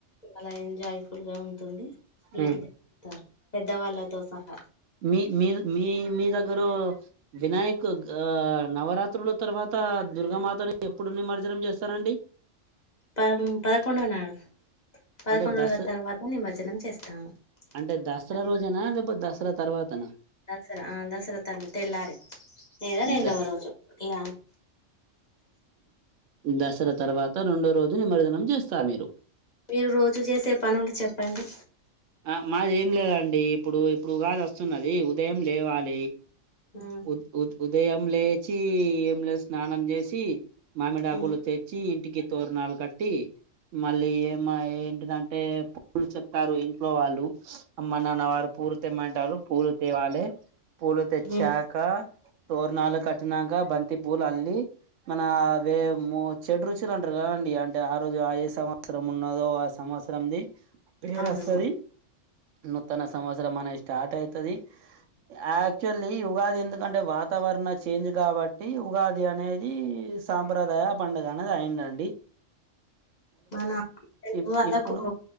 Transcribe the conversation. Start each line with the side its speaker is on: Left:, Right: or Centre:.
Left: అలా ఎంజాయ్ ఫుల్ గా ఉంటు ది ప్లేచేస్తారు
Right: ఉ
Left: పెద్దవాళ్ళతో సహా
Right: మీ మీ మీ మీ దగ్గరో వినాయక్ నవరాత్రుల తర్వాత దుర్గామాతని ఎప్పుడు నిమజ్జనం చేస్తారండి
Left: పద పదకొండో నాడు పదకొండు
Right: అంటే దస
Left: రోజుల తర్వాత నిమజ్జనం చేస్తాము
Right: అంటే దసరా
Left: అదే
Right: రోజెనా లేకపోతే దసరా తర్వాతనా
Left: దసరా ఆ దసరా తల్ తెల్లారి లేదా రెండవ
Right: ద
Left: రోజు ఇక
Right: దసరా తర్వాత రెండో రోజు నిమర్జనం చేస్తా మీరు
Left: మీరు రోజు చేసే పని ఒకటి చెప్పండి
Right: ఆ మాది ఏం లేదండి ఇప్పుడు ఇప్పుడుగాదు వస్తున్నది ఉదయం లేవాలి
Left: ఉమ్
Right: ఉ ఉ ఉదయం లేచి ఏమి లే స్నానం చేసి మామిడ ఆకులు
Left: ఉమ్
Right: తెచ్చి ఇంటికి తోరణాలు కట్టి మళ్ళీ ఏమ ంటే పుల్ చెప్తారు ఇం <unintelligible> లో వాళ్ళు అమ్మ నాన్న వారు పూలు తెమ్మంటారు పూలు తేవాలే పూలు తెచ్చాక
Left: ఉమ్
Right: తోరణాలు కట్టినాక బంతి పూలు అల్లి మన వేము షడ్ రుచులు అంటారు కదండి అంటే ఆ రోజు ఆ ఏ సంవత్సరం ఉన్నదో ఆ అ సంవత్సరంది పేరు
Left: అవును
Right: వస్తది నూతన సంవత్సర మ స్టార్ట్ అవుతుది ఆక్చుల్ ఉగాది ఎందుకంటే వాతావరణ చేంజ్ కాబట్టి ఉగాది అనేది సాంప్రదాయ పండుగనేది అయిండండి
Left: మన
Right: ఇప్
Left: వాళ్ళకు
Right: ఇప్పుడు